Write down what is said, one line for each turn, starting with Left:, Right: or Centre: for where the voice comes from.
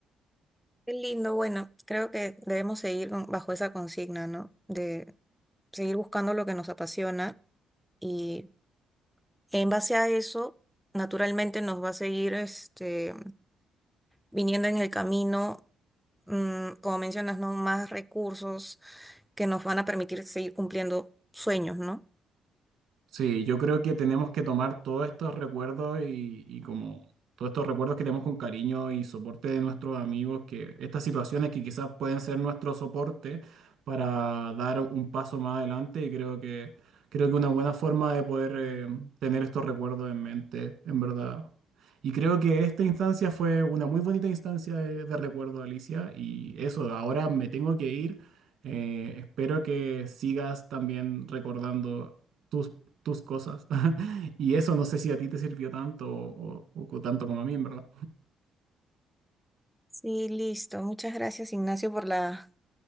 Centre: Qué lindo, bueno, creo que debemos seguir con- bajo esa consigna, ¿no? De seguir buscando lo que nos apasiona y En base a eso, naturalmente nos va a seguir este, viniendo en el camino, mm, como mencionas, ¿no? Más recursos que nos van a permitir seguir cumpliendo sueños, ¿no?
Right: Sí, yo creo que tenemos que tomar todos estos recuerdos y, y como todos estos recuerdos que tenemos con cariño y soporte de nuestros amigos, que estas situaciones que quizás pueden ser nuestro soporte para dar un paso más adelante y creo que creo que una buena forma de poder eh, tener estos recuerdos en mente, en verdad. Y creo que esta instancia fue una muy bonita instancia de, de recuerdo, Alicia, y eso, ahora me tengo que ir. Eh, espero que sigas también recordando tus tus cosas. <laughs> Y eso no sé si a ti te sirvió tanto o, o- o tanto como a mí, en verdad.
Centre: Sí, listo. Muchas gracias, Ignacio, por la